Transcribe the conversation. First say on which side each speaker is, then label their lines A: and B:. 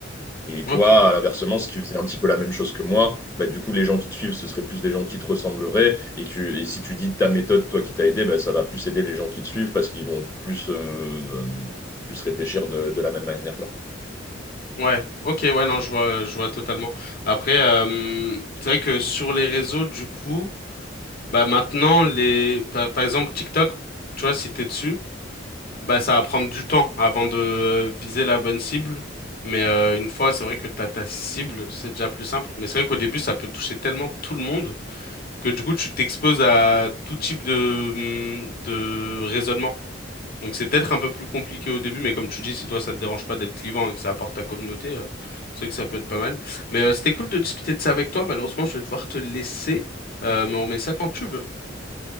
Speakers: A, on the left; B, on the left.
A: Et
B: Ok.
A: toi, à l'inversement, si tu faisais un petit peu la même chose que moi, bah, du coup, les gens qui te suivent, ce seraient plus des gens qui te ressembleraient. Et, tu, et si tu dis ta méthode, toi qui t'as aidé, bah, ça va plus aider les gens qui te suivent parce qu'ils vont plus, euh, plus réfléchir de, de la même manière.
B: Ouais. Ok. Ouais. Non, je vois, je vois totalement. Après, euh, c'est vrai que sur les réseaux, du coup, bah maintenant les, par, par exemple TikTok, tu vois, si t'es dessus. Bah, ça va prendre du temps avant de euh, viser la bonne cible. Mais euh, une fois, c'est vrai que t'as ta cible, c'est déjà plus simple. Mais c'est vrai qu'au début, ça peut toucher tellement tout le monde que du coup, tu t'exposes à tout type de, mm, de raisonnement. Donc c'est peut-être un peu plus compliqué au début, mais comme tu dis, si toi, ça te dérange pas d'être clivant et que ça apporte ta communauté, euh, c'est vrai que ça peut être pas mal. Mais euh, c'était cool de discuter de ça avec toi. Malheureusement, je vais devoir te laisser. Euh, mais on remet ça quand tu veux.